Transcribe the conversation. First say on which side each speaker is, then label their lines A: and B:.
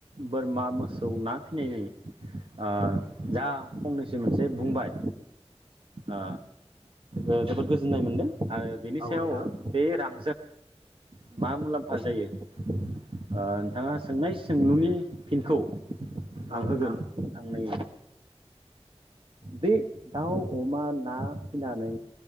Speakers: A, on the right; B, on the right.
A: बोरमा मोसौ ना फिनायनि आ
B: औ
A: जोंङो फंनैसो मोनसे बुंबाय ओ ओ जोबोद गोजोननाय मोन्दों आरो बेनि
B: औ
A: सायाव
B: नोंथां
A: बे रां <unintelligible> मा मुलाम्फा जायो ओ नोंथाङा सोंनाय सोंलुनि फिनखौ आं
B: औ नोंथां
A: होगोन आं नै बे दाउ अमा ना फिनानै